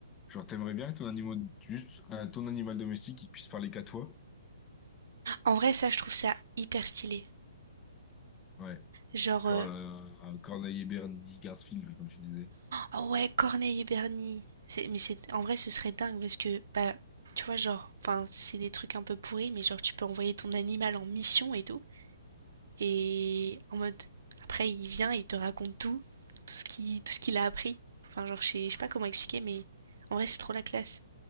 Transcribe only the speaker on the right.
En vrai, ça, je trouve ça hyper stylé.
Genre,
euh,
Oh ouais, Corneille et Bernie. C'est- Mais c'est en vrai, ce serait dingue parce que bah tu vois genre, enfin c'est des trucs un peu pourris, mais genre tu peux envoyer ton animal en mission et tout, et en mode après il vient et il te raconte tout, tout ce qui, tout ce qu'il a appris. Enfin genre je sais, je sais pas comment expliquer, mais en vrai c'est trop la classe.